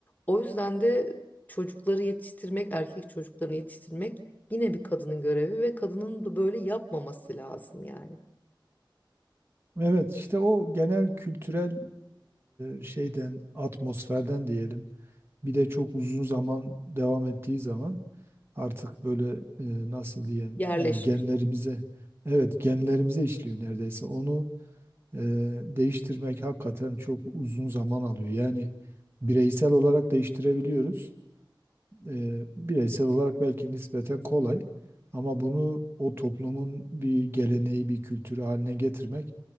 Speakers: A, on the left (about 20°); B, on the right (about 30°).
A: O yüzden de çocukları yetiştirmek, erkek çocuklarını yetiştirmek yine bir kadının görevi ve kadının da böyle yapmaması lazım yani.
B: Evet işte o genel kültürel e, şeyden atmosferden diyelim. Bir de çok uzun zaman devam ettiği zaman artık böyle e, nasıl diyeyim
A: Yerleşmiş.
B: ya genlerimize evet genlerimize işliyor neredeyse. Onu e, değiştirmek hakikaten çok uzun zaman alıyor. Yani bireysel olarak değiştirebiliyoruz e, bireysel olarak belki nispeten kolay ama bunu o toplumun bir geleneği, bir kültürü haline getirmek